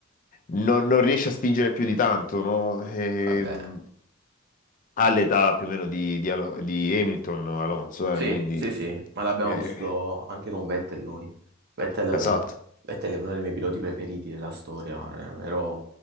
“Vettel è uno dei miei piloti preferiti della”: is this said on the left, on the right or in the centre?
Right